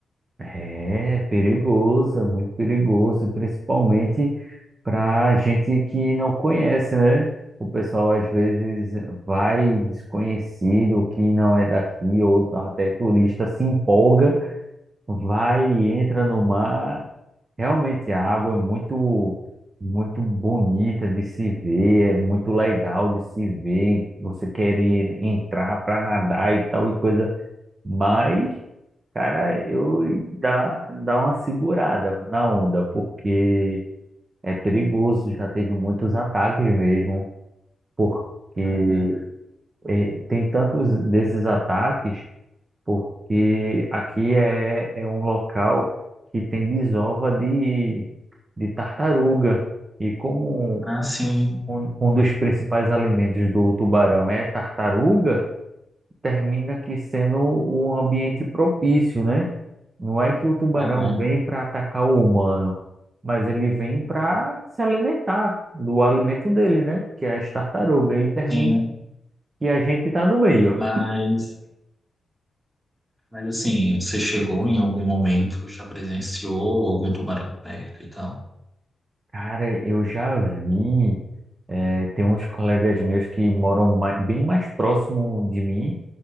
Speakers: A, on the right; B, on the right.
A: É perigoso, é muito perigoso, e principalmente para gente que não conhece, né? O pessoal às vezes vai desconhecido, que não é daqui, ou até turista se empolga, vai e entra no mar. Realmente a água é muito muito bonita de se ver, é muito legal de se ver, você querer entrar para nadar e tal e coisa, mas cara, eu dá dá uma segurada na onda, porque é perigoso, já teve muitos ataques mesmo, porque
B: Uhum.
A: eh, tem tantos desses ataques, porque aqui é é um local que tem desova de de tartaruga. E como
B: Ah, sim,
A: um, um dos principais alimentos do tubarão é tartaruga, termina aqui sendo o ambiente propício, né? Não é que o tubarão
B: uhum.
A: vem para atacar o humano, mas ele vem para se alimentar do alimento dele, né? Que é as tartarugas. E termina
B: Sim,
A: que a gente está no meio.
B: mas, mas assim, você chegou em algum momento, já presenciou algum tubarão perto e tal?
A: Cara, eu já vi. eh, tem uns colegas meus que moram mai- bem mais próximo de mim